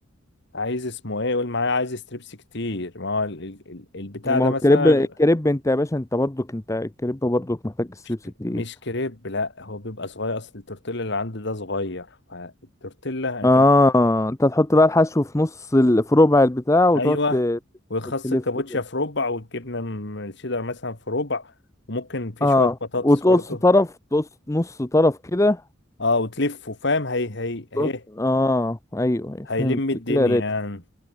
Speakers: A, on the left; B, on the left.
A: عايز اسمه ايه قول معايا عايز ستريبس كتير ما هو ال- ال- ال- البتاع
B: ما
A: ده
B: هو
A: مثلا
B: الكريب الكريب
A: بيبقى
B: انت يا باشا انت برضك انت الكريب برضك محتاج ستريبس
A: مش ك-
B: كتير
A: مش كريب لا هو بيبقى صغير اصل التورتيلا اللي عندي ده صغير فالتورتيلا انت
B: اه انت تحط بقى الحشو في نص ال... في ربع البتاع وتقعد
A: ايوه
B: ت-
A: ويخص
B: تلف
A: الكابوتشا
B: كده.
A: في ربع والجبنه م- الشيدر مثلا في ربع وممكن في
B: اه
A: شويه بطاطس
B: وتقص
A: برضه
B: طرف تقص نص طرف كده
A: اه وتلفه فاهم هي هي هي
B: تقعد- اه ايوه أيوة،
A: هيلم
B: فهمت
A: الدنيا
B: كده قريت
A: يعني